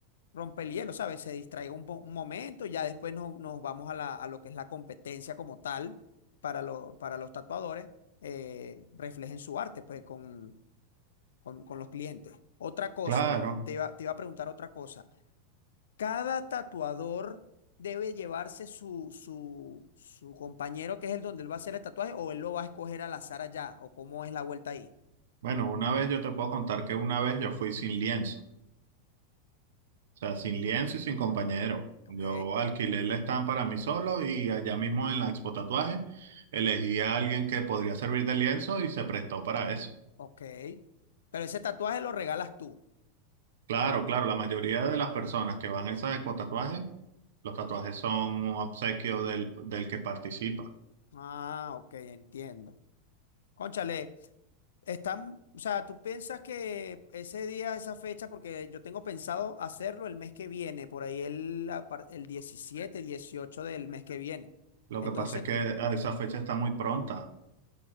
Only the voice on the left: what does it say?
rompe el hielo, ¿sabes? Se distraiga un, po- un momento, ya después no- nos vamos a, la, a lo que es la competencia como tal para, lo- para los tatuadores, eh, reflejen su arte pues con, con- con los clientes. Otra cosa,
te iba, te iba a preguntar otra cosa. Cada tatuador debe llevarse su, su, su compañero que es el donde él va a hacer el tatuaje o él lo va a escoger al azar allá o cómo es la vuelta ahí.
Ok,
ok. Pero ese tatuaje lo regalas tú.
Ah, ok, entiendo. Cónchale. Están, o sea, tú piensas que ese día, esa fecha, porque yo tengo pensado hacerlo el mes que viene, por ahí el, la par- el 17 18 del mes que viene.
Entonces
tú,